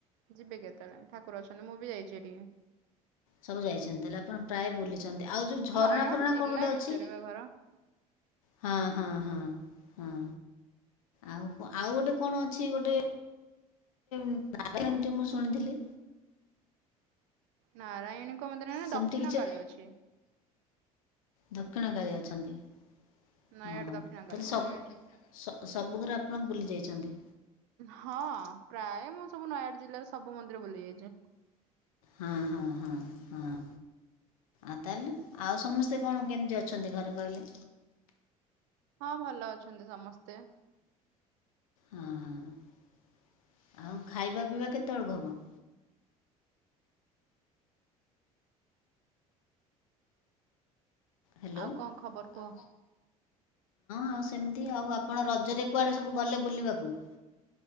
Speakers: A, on the right (about 55°); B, on the left (about 65°).
A: ଯିବେ କେତେବେଳେ ଠାକୁର ଅଛନ୍ତି ମୁଁ ବି ଯାଇଛି ହେଟିକି।
B: ସବୁ ଯାଇଛନ୍ତି ହେଲେ ଆପଣ ପ୍ରାୟ ବୁଲିଛନ୍ତି। ଆଉ ଯୋଉ ଝରଣା
A: ନୟାଗଡ଼
B: ଫରଣା
A: ଜିଲ୍ଲା
B: କଣ ଗୋଟେ
A: ଭିତରେ
B: ଅଛି?
A: ବା ଘର।
B: ହଁ, ହଁ, ହଁ, ହଁ। ଆଉ ଆଉ ଗୋଟେ କଣ ଅଛି ଗୋଟେ <inaudible> ଟି ମୁଁ ଶୁଣିଥିଲି।
A: ନାରାୟଣୀଙ୍କ ମନ୍ଦିର ନା
B: ସେମିତି
A: ଦକ୍ଷିଣ
B: କିଛି
A: କାଳି ଅଛି।
B: ଦକ୍ଷିଣ କାଳୀ ଅଛନ୍ତି। ଅଁ,
A: ନୟାଗଡ଼
B: ହଁ
A: ଦକ୍ଷିଣ କାଳୀ
B: ତାହେଲେ
A: ମନ୍ଦିର।
B: ସବୁ ସ-ସବୁ ଗୁରା ଆପଣ ବୁଲି ଯାଇଛନ୍ତି।
A: ହଁ ପ୍ରାୟ ମୁଁ ସବୁ ନୟାଗଡ଼ ଜିଲ୍ଲାର ସବୁ ମନ୍ଦିର ବୁଲିଯାଇଚି।
B: ହଁ, ହଁ, ହଁ, ହଁ। ଆଉ ତାଲେ ଆଉ ସମସ୍ତେ କଣ କେମିତି ଅଛନ୍ତି ଘରେ କହିଲେ?
A: ହଁ ଭଲ ଅଛନ୍ତି ସମସ୍ତେ।
B: ହଁ, ହଁ ଆଉ ଖାଇବା ପିଇବା କେତେବେଳକୁ ହବ? ହ୍ୟାଲୋ।
A: ଆଉ
B: ହଁ,
A: କଣ ଖବର କୁହ?
B: ହଁ ସେମିତି ଆଉ, ଆପଣ ରଜରେ କୁଆଡେ ସବୁ ଗଲେ ବୁଲିବାକୁ?